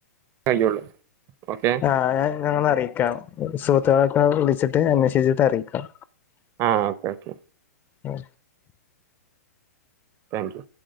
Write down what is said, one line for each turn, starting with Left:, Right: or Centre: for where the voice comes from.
Right: അ <unintelligible> ള്ളൂ. ഓക്കെ
Left: ആഹ്. ഞങ്ങളറീക്കാം. സുത്രാ <unintelligible> വിളിച്ചിട്ട് അന്വേഷിച്ചിട്ട് അറിയിക്കാം.
Right: ആഹ് ഓക്കെ ഓക്കെ
Left: ഉം
Right: താങ്ക് യൂ